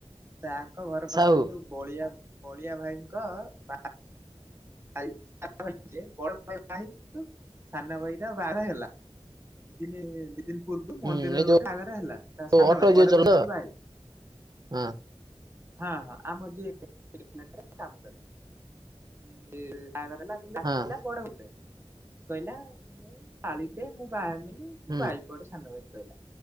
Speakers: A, on the right; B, on the right.
A: ତାଙ୍କ ଘର ପାଖରେ
B: ସାହୁ
A: ଯୋଉ ବଳିଆ ବଳିଆ ଭାଇଙ୍କ ବା <unintelligible> ବଡ ଭାଇ ବାହା ହେଇନି କିନ୍ତୁ ସାନ ଭାଇଟା ବାହଘର ହେଲା। ଦି ଦିନିରେ ଦି ଦିନ ପୂର୍ବରୁ ମନ୍ଦିରରେ
B: ହୁଁ ଏଇ
A: ଗୋଟେ ବାହାଘର ହେଲା,
B: ଯୋଉ
A: ତା ସାନ
B: ଅଟୋ
A: ଭାଇର
B: ଯିଏ
A: ବଡ଼
B: ଚଲା
A: ଭାଇ କିନ୍ତୁ ବାହାହେ
B: ହଁ।
A: ହଁ, ହଁ, ଆମ ଯିଏ <inaudible> କାମ କରେ, ସିଏ ବାହାଘର ହେଲା। କିନ୍ତୁ ଆସିଥିଲା
B: ହଁ
A: ବଡଭାଇ ପାଇଁ ସେ କହିଲା ମୁଁ କାଳିଟେ ମୁଁ ବାହାହେବିନି ତୁ
B: ହୁଁ
A: ବାହା ପଡ ସାନଭାଇକୁ କହିଲା